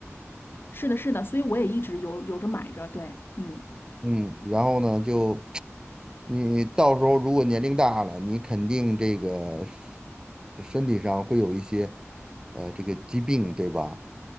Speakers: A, on the left; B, on the right.
A: 是的，是的，所以我也一直有有着买着，对，嗯，
B: 嗯，然后呢，就你到时候如果年龄大了，你肯定这个身身体上会有一些，呃，这个疾病，对吧？